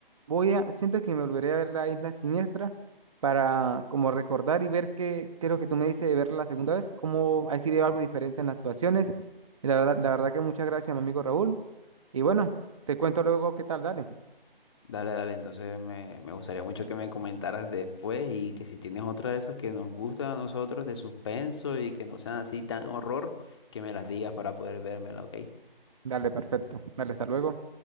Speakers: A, on the right; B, on the left.
A: Voy a, siento que me volveré a ver la Isla Siniestra para como recordar y ver qué, qué es lo que tú me dices de verla la segunda vez, cómo ha sido algo diferente en las actuaciones. Y la verdad, la verdad que muchas gracias, mi amigo Raúl. Y bueno, te cuento luego qué tal, dale.
B: Dale, dale, entonces me, me gustaría mucho que me comentaras después y que si tienes otra de esas que nos gustan a nosotros de suspenso y que no sean así tan horror, que me las digas para poder vérmela, ¿ok?
A: Dale, perfecto. Dale, hasta luego.